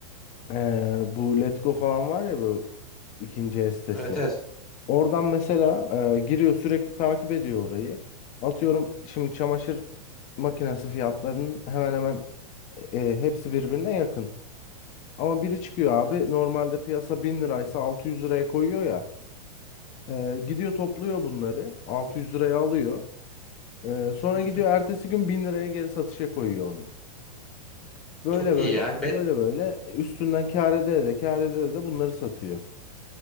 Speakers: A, on the left; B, in the centre.
A: Ee, bu Letgo falan var ya bu ikinci el sitesi.
B: Evet evet.
A: Oradan mesela e, giriyor sürekli takip ediyor orayı. Atıyorum şimdi çamaşır makinesi fiyatlarının hemen hemen e, e, hepsi birbirine yakın. Ama biri çıkıyor abi normalde piyasa 1000 liraysa 600 liraya koyuyor ya. Ee, gidiyor topluyor bunları. 600 liraya alıyor. Ee, sonra
B: Hı
A: gidiyor
B: hı.
A: ertesi gün 1000 liraya geri satışa koyuyor onu. Böyle
B: Çok
A: böyle
B: iyi ya.
A: böyle
B: Ben
A: böyle üstünden kâr ede de kâr ede de bunları satıyor.